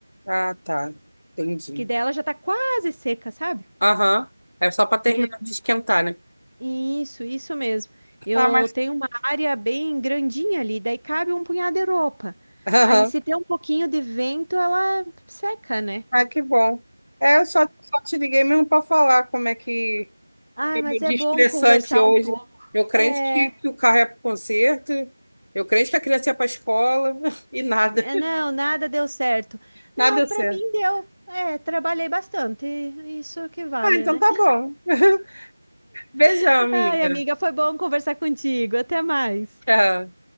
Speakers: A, on the left; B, on the right.
A: Ah, tá. Entendi.
B: Que daí ela já tá quase seca, sabe?
A: Aham. É só para terminar
B: E eu-
A: de esquentar, né?
B: Isso, isso mesmo. Eu
A: Ah, mas.
B: tenho uma área bem grandinha ali, daí cabe um punhado de roupa.
A: <laughs> Aham.
B: Aí se tem um pouquinho de vento, ela seca, né?
A: Ah, que bom. É, eu só, só te liguei mesmo para falar como é que
B: Ai,
A: foi
B: mas
A: meu
B: é
A: dia
B: bom
A: estressante
B: conversar
A: hoje.
B: um pouco.
A: Eu crente
B: É,
A: que, que o carro é para conserto, eu crente que a criança ia para escola <laughs> e nada.
B: é, não, nada deu certo.
A: Nada
B: Não,
A: deu certo.
B: pra mim deu. É, trabalhei bastante. Isso que vale,
A: Ah, então
B: né?
A: tá bom. <laughs> Beijão,
B: <laughs>
A: amiga.
B: Ai, amiga, foi bom conversar contigo. Até mais.
A: Tchau.